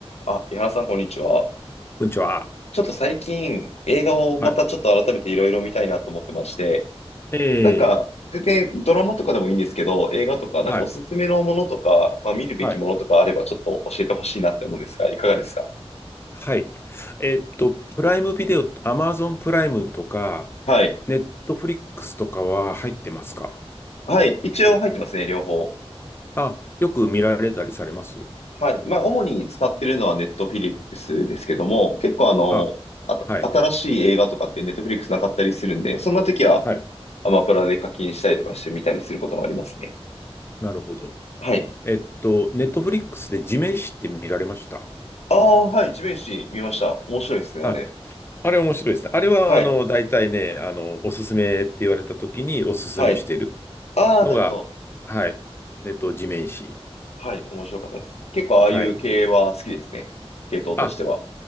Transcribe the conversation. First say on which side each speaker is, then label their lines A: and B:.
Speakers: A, on the left; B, on the left.
A: あ、井原さん、こんにちは。
B: こんにちは。
A: ちょっと最近、映画をまたちょっと改めていろいろ見たいなと思ってまして、
B: はい。え
A: なんか、
B: え、
A: 全然ドラマとかでもいいんですけど、映画とか、なんかおすすめのものとか、
B: はい。
A: まあ、見るべきものとかあれば、
B: はい。
A: ちょっと教えてほしいなって思うんですが、いかがですか
B: はい。えっと、プライムビデオ、アマゾンプライムとか、
A: はい。
B: ネットフリックスとかは入ってますか
A: はい。一応入ってますね、両方。
B: あ、よく見られたりされます
A: はい。まあ、主に使ってるのはネットフィリックスですけども、結構あの、
B: あ、
A: あた、
B: はい。
A: 新しい映画とかってネットフィリックスなかったりするんで、そんな時は
B: はい。
A: アマプラで課金したりとかして見たりすることもありますね。
B: なるほど。
A: はい。
B: えっと、ネットフリックスで地面師って見られました
A: ああ、はい、地面師見ました。面白いですね、
B: あ、
A: あれ。
B: あれ面白いですね。あれは、
A: はい、
B: あの、大体ね、あの、おすすめって言われた時におすすめしてる
A: はい。ああ、
B: のが、
A: なるほど。
B: はい。えっと、地面師。
A: はい、面白かったです。結構ああいう系は好きですね。
B: はい。
A: 系統としては。
B: あ